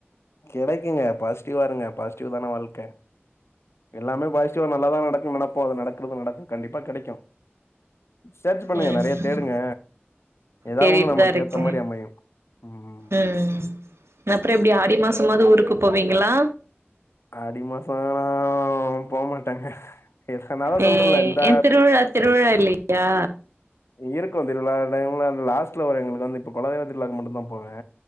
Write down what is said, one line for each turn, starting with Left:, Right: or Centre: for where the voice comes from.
Left: கெடைக்குங்க பாசிட்டிவா இருங்க பாசிட்டிவ் தான வாழ்க்க எல்லாமே பாஸ் டிவா நல்லாதா நடக்கு நெனப்போ அது நடக்கிறது நடக்கு கண்டிப்பா கெடைக்கு சர்ச் பண்ணுங்க
Right: ம்
Left: நெறைய தேடுங்க எதாவது
Right: தேடிட்டுதா
Left: ஒண்ணு நமக்கு
Right: இருக்கே
Left: ஏத்த மாரி அமையு ம்
Right: ம் அப்பறோ எப்டி ஆடி மாசமாவது ஊருக்கு போவீங்களா
Left: ஆடி மாச ல்லா போ மாட்டேங்க இரு நா தா
Right: ஏ
Left: சொல்றேல இந்த
Right: ஏ திருவிழா திருவிழா இல்லையா
Left: இருக்கு திருவிழா டைம்ல லாஸ்ட்ல வரு எங்களுக்கு வந்து இப்ப குலதெய்வ திருவிழாக்கு மட்டு தா போவே